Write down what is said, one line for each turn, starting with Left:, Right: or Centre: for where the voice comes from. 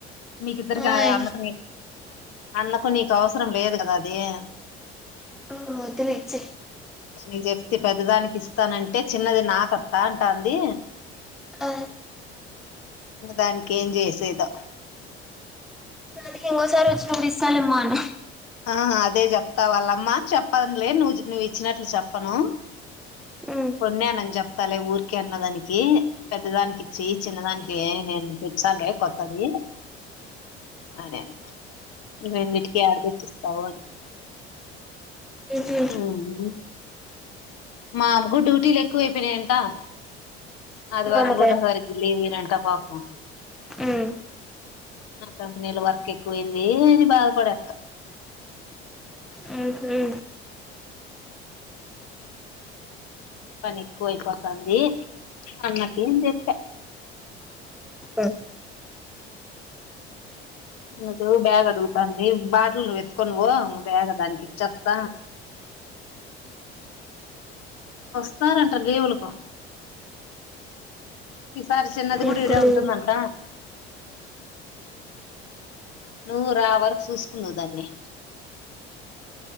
Left: మీకు ఇద్దరుగా
Centre: ఆయ్
Left: అన్నకు నీ అన్నకు నీకు అవసరం లేదు కాద అది ఏ అన్దు
Centre: ఆ వద్దులే ఇచే
Left: దానికి చెప్తి పెద్దదానికి ఇస్ స్తానంటే చిన్నది నాకత్తా అంటంది
Centre: ఆ
Left: దాని ఏం చేసేదో
Centre: దానికి ఇంగోసారి వచ్చినప్పుడు ఇస్తాలేమ్మ అను
Left: ఆ అదే చెప్తా వాళ్ళమ్మా చెప్పనులే నువ్వు నువ్వు ఇచ్చినట్లు చెప్పను
Centre: ఉమ్
Left: పొయినాని జ తలే ఊరికే అన్న దానికి పెద్ద దానికి ఇచ్చి చిన్న దానికి నేను తేచ్చాలే కొత్తది అదేనే రెండీటికి ఆర్డర్ ఇచ్చేసే పవోన్టు
Centre: ఉహు
Left: ఆ హు మా అమకు డ్యూటీలు ఎక్కువ అయిపెనయంట ఆదివారం
Centre: మామిడికాయ
Left: కూడా సరిగ్గ లేదు. వెంట పాపం
Centre: ఉమ్
Left: నాకు కంపెనీలో వర్క్ ఎక్కువైన్ది అని బాధపడేక్క
Centre: ఉహు
Left: పని ఎక్కువై పోతంది అన్నకి చెప్పే
Centre: అ
Left: నుకు బ్యాగు అడుగుతంది బాటిల్ నువ్ ఎత్తుకొని పో నువ్ బ్యాగ దానికి ఇచ్చత వస్తారంట లీవులకు ఈ సారి చిన్నది కూడా
Centre: ఇప్పుడు
Left: ఈడే ఉంటుందంట నువ్వు రా వరకు చూసుకుందవు దాన్ని